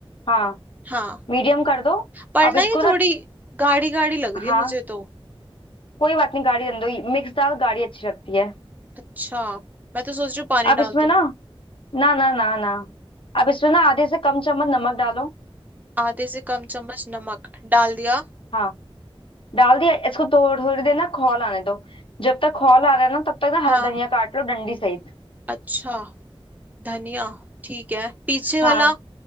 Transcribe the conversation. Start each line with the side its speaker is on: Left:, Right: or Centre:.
Left: हाँ
Right: हाँ
Left: मीडियम कर दो
Right: पर
Left: अब
Right: ना
Left: इसको
Right: ये थोड़ी
Left: ना
Right: गाढ़ी गाढ़ी लग रही
Left: हाँ
Right: है मुझे तो
Left: कोई बात नहीं गाड़ी रहने दो मिक्स दाल गाढ़ी अच्छी लगती है
Right: अच्छा मैं तो सोच रही हूँ पानी
Left: अब इसमें
Right: डाल दूं
Left: ना ना ना ना ना अब इसमें ना आधे से कम चम्मच नमक डालो
Right: आधे से कम चम्मच नमक डाल दिया
Left: हाँ डाल दिया इसको थोड़ी थोड़ी देर ना खौल आने दो जब तक खौल आ रहा है ना तब तक ना
Right: हाँ
Left: हरा धनिया काट लो डंडी सहित
Right: अच्छा धनिया ठीक है पीछे
Left: हाँ
Right: वाला